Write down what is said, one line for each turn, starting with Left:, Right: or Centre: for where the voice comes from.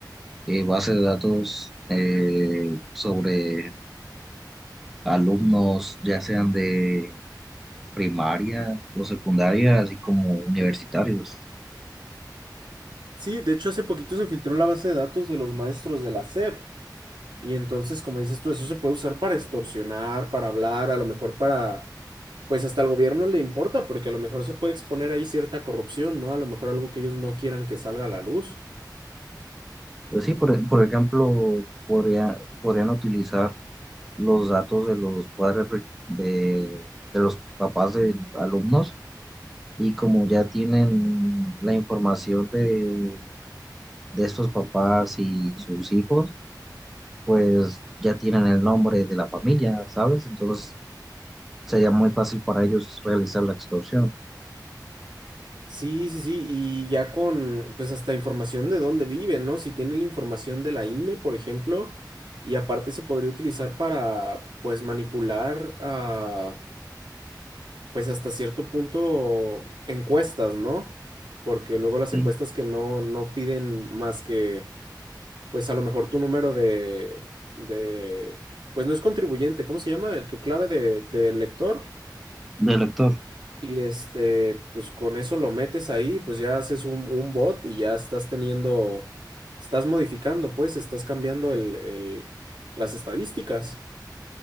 Centre: eh, bases de datos eh, sobre alumnos, ya sean de primaria o secundaria, así como universitarios.
Right: Sí, de hecho hace poquito se filtró la base de datos de los maestros de la SEP y entonces, como dices tú, eso se puede usar para extorsionar, para hablar, a lo mejor para, pues hasta al gobierno le importa porque a lo mejor se puede exponer ahí cierta corrupción, ¿no? A lo mejor algo que ellos no quieran que salga a la luz.
Centre: Pues sí, por, e, por ejemplo, podría, podrían utilizar los datos de los padres re- de, de los papás de alumnos Y como ya tienen la información de, de estos papás y sus hijos, pues ya tienen el nombre de la familia, ¿sabes? Entonces sería muy fácil para ellos realizar la extorsión.
Right: Sí, sí, sí, y ya con, pues hasta información de dónde vive, ¿no? Si tiene la información de la INE, por ejemplo, y aparte se podría utilizar para, pues, manipular, ah, pues, hasta cierto punto encuestas, ¿no? Porque luego las
Centre: Sí,
Right: encuestas que no, no piden más que, pues, a lo mejor tu número de, de, pues, no es contribuyente, ¿cómo se llama? Tu clave de, de lector.
Centre: Del lector.
Right: Y este, pues con eso lo metes ahí, pues ya haces un, un bot y ya estás teniendo, estás modificando, pues, estás cambiando el, el- las estadísticas.